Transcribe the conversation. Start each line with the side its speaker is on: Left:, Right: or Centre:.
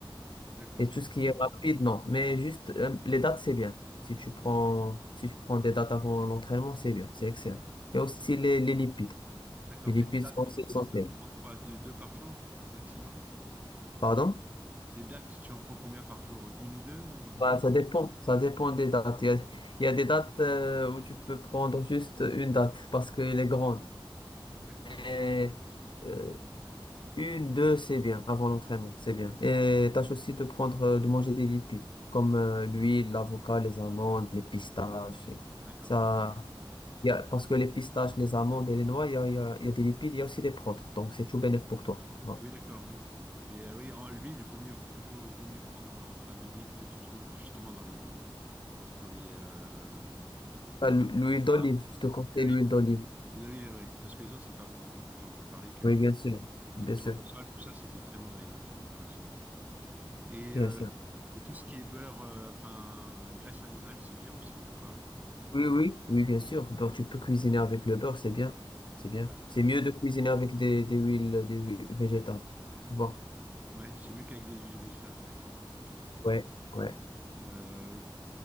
Right: D'accord.
Left: Et tout ce qui est rapide, non. Mais juste, euh, les dates, c'est bien. Si tu prends, si tu prends des dates avant l'entraînement, c'est bien, c'est excellent. Et aussi les, les lipides.
Right: D'accord.
Left: les lipides
Right: Et les dates,
Left: sont
Right: tu
Left: aussi essentielles.
Right: prends quoi? Deux, deux par jour maximum?
Left: Pardon?
Right: Les dates, tu en prends combien par jour? Une ou deux? euh, Combien?
Left: Bah, ça dépend. Ça dépend des dates. Il y a, il y a des dates euh, où tu peux prendre juste une date parce qu'elle est grande.
Right: D'accord.
Left: Et, euh, une, deux, c'est bien. Avant l'entraînement, c'est bien. Et tâche aussi de prendre, euh, de manger des lipides comme euh, l'huile, l'avocat, les amandes, les pistaches. et
Right: D'accord.
Left: ça, il y a, parce que les pistaches, les amandes et les noix, il y a, il y a, il y a des lipides, il y a aussi des protes. Donc, c'est tout bénéf pour toi. Voilà.
Right: Oui, d'accord, oui. Mais euh, oui, en, l'huile, vaut mieux, vaut, vaut mieux prendre euh, enfin, de l'huile que tu trouves de- justement dans les... Dans les euh,
Left: Ah,
Right: euh,
Left: l'hu-
Right: dans les
Left: L'huile
Right: noix,
Left: d'olive, je te conseille
Right: l'huile d'olive.
Left: l'huile d'olive.
Right: L'huile d'olive, oui. Parce que les autres, c'est pas bon. hein. Moi, j'ai entendu parler que...
Left: Oui, bien sûr.
Right: Huile
Left: Bien
Right: de tournesol,
Left: sûr.
Right: tout ça, c'était très mauvais euh, pour la santé. Et,
Left: Bien
Right: euh,
Left: sûr.
Right: et tout ce qui est beurre, euh, enfin, graisse animale, c'est bien aussi ou pas?
Left: Oui, oui, oui, bien sûr. Beurre, tu peux cuisiner avec le beurre, c'est bien. C'est bien.
Right: Ouais.
Left: C'est mieux de cuisiner avec des, des huiles, des huiles végétales. Tu vois?
Right: Ouais, c'est mieux qu'avec des huiles végétales, d'accord. Ok.
Left: Ouais, ouais.
Right: Euh,